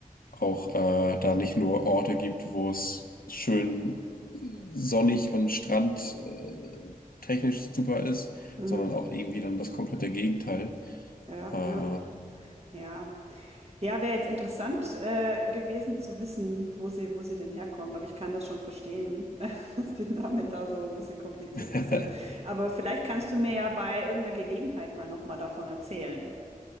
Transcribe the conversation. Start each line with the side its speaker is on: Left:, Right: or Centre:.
Left: auch äh, da nicht nur Orte gibt, wo es schön sonnig und strand äh, technisch super ist,
Right: Mhm.
Left: sondern auch irgendwie dann das komplette Gegenteil.
Right: Ja,
Left: Äh,
Right: ja, ja. Ja, wäre jetzt interessant äh, gewesen zu wissen, wo sie, wo sie denn herkommt. Aber ich kann das schon verstehen, <laughs> dass die Namen da so ein bisschen komplizierter
Left: <laughs>
Right: sind. Aber vielleicht kannst du mir ja bei irgendeiner Gelegenheit mal nochmal davon erzählen